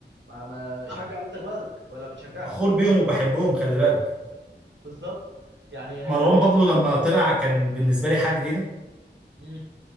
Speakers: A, on the right; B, in the centre.
A: ما ما شجع
B: نعم،
A: منتج بلدك ولا بتشجعش
B: فخور بيهم وبحبهم خلي بالك
A: بالظبط يعني آه،
B: مروان بابلو لما طلع كان بالنسبه لي حاجه جديده
A: مم.